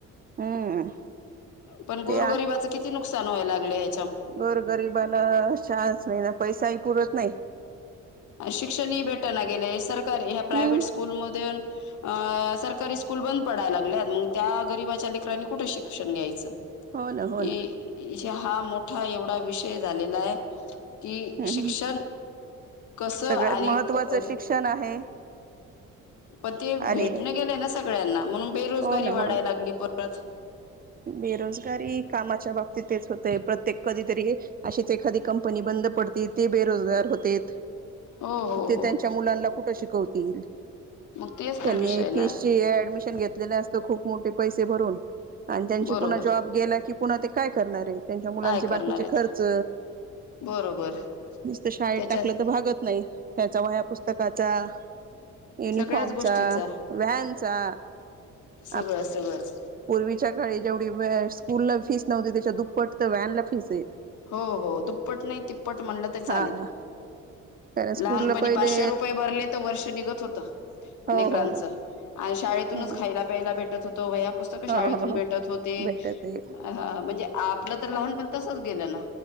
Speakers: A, on the right (about 30°); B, on the left (about 75°).
A: हम्म
B: पण गोरगरीबाच
A: ते
B: किती नुकसान व्हाय लागलय.
A: गोर गरीबाला शाळाच नाही, पैसाही पुरत नाही.
B: शिक्षण ही भेटना की नाही, सरकारी ह्या प्रायव्हेट
A: हम्म
B: स्कूलमध्ये- अ सरकारी स्कूल बंद पडायला लागल्यात, मग त्या गरिबाच्या लेकरांनी कुठे शिक्षण घ्यायचं?
A: हो ना हो
B: ये,
A: ना
B: ये हा मोठा एवढा विषय झालेला आहे, - कि,
A: हम्
B: शिक्षण कस आणि-
A: सगळ्यात महत्त्वाचं शिक्षण आहे
B: पण ते
A: आणि
B: भेटल गेलय ना सगळ्यांना, म्हणून बेरोजगारी
A: हो ना
B: वाढायला
A: हो ना
B: लागली परत.
A: बेरोजगारी कामाच्या बाबतीतच तेच होतय प्रत्येक कधीतरी- अशीच एखादी कंपनी बंद पडती, ते बेरोजगार होतेत.
B: हो हो
A: ते
B: हो
A: त्यांच्या मुलानला कुठं शिकवतील?
B: मग तेच
A: त्यांनी
B: तर विषय ना
A: फीसची ऍडमिशन घेतलेलं असतं, खूप मोठे पैसे भरून- आणि त्यांची
B: बरोबर
A: पुन्हा जॉब गेला की पुन्हा ते काय करणार आहे त्यांच्या मुलांचे
B: काय
A: बाकीचे
B: करणार आहेत
A: खर्च-
B: बरोबर
A: नुसत शाळेत
B: त्याच्या
A: टाकलं तर भागत नाही, त्याचा वह्या पुस्तकाचा- युनिफॉर्मचा,
B: सगळ्याच गोष्टीचा
A: व्हॅनचा-
B: सगळं,
A: आप
B: सगळंच.
A: पूर्वीच्या काळी जेवढी स्कूल ला फीस नव्हती, त्याच्या दुप्पट तर व्हॅनला फीसये.
B: हो, हो दुप्पट नाही, तिप्पट म्हणलं तर
A: हा
B: चालेल.
A: कारण स्कूलला
B: लहानपणी
A: पहिले
B: पाचशे रुपये भरले तर वर्ष निघत होत.
A: हो
B: लेकरांचं
A: हो हो
B: आणि शाळेतूनच
A: हम्म
B: खायला प्यायला भेटत होत. वह्या, पुस्तक
A: हो
B: शाळेतून
A: हो
B: भेटत
A: हो
B: होते,
A: भेटत आहे
B: म्हणजे आपलं तर लहानपण तस- गेलेल.